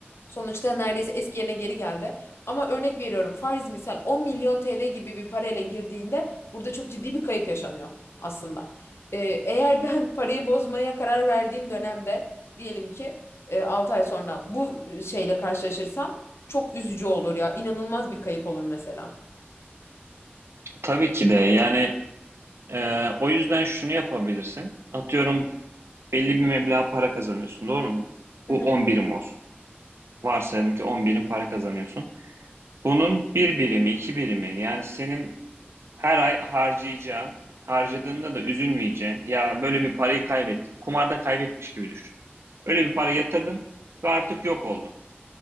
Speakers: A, on the left (about 85°); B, on the right (about 90°).
A: Sonuçta neredeyse eski yerine geri geldi. Ama örnek veriyorum farz misal 10 milyon TL gibi bir parayla girdiğinde burada çok ciddi bir kayıp yaşanıyor aslında. Ee, eğer ben <laughs> parayı bozmaya karar verdiğim dönemde diyelim ki e, altı ay sonra bu şeyle karşılaşırsam çok üzücü olur ya. İnanılmaz bir kayıp olur mesela.
B: Tabii ki de yani e, o yüzden şunu yapabilirsin. Atıyorum belli bir meblağ para kazanıyorsun doğru mu? Bu
A: Hı
B: 10 birim olsun. Varsayalım ki 10 birim para kazanıyorsun. Bunun bir birimi, iki birimi yani senin her ay harcayacağın, harcadığında da üzülmeyeceğin ya böyle bir parayı kaybettim. Kumarda kaybetmiş gibi düşün. Öyle bir para yatırdın ve artık yok oldu.